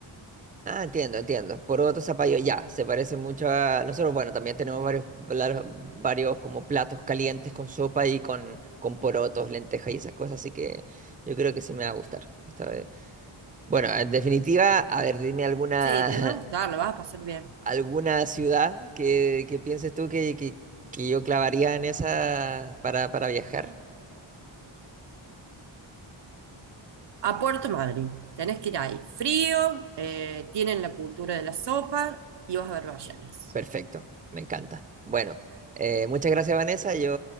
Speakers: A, on the right; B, on the right.
A: ah, entiendo, entiendo. Poroto, zapallo, ya, se parece mucho a nosotros. Bueno, también tenemos varios, lar- varios como platos calientes con sopa y con, con porotos, lentejas y esas cosas, así que yo creo que sí me va a gustar esta vez. Bueno, en definitiva, a ver, dime alguna
B: Sí, te va a gustar,
A: <laughs>
B: la vas a pasar bien.
A: alguna ciudad que, que pienses tú que, que- que yo clavaría en esa para, para viajar?
B: A Puerto Madryn, tenés que ir ahí. Frío, eh, tienen la cultura de la sopa y vas a ver ballenas.
A: Perfecto, me encanta. Bueno, eh, muchas gracias Vanessa, yo